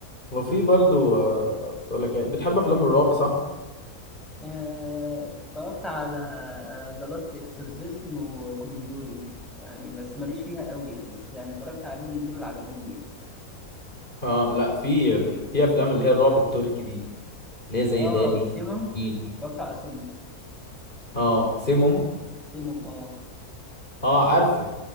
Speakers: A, on the left (about 30°); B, in the centre.
A: وفي برضو آه، بقول لك إيه، بتحب افلام الرعب صح
B: آه، اتفرجت على ذا لاست اكسورسيزم وكونجورينج يعني بس ماليش فيها قوي يعني بس يعني اتفرجت عليهم دول اللي عجبوني يعني
A: اه لا في في افلام اللي هي الرعب التركي دي اللي هي زي
B: اه
A: دابي
B: سيمم
A: أكيد.
B: اتفرجت على سيمم
A: اه سيموم
B: سيمم اه
A: اه عارفه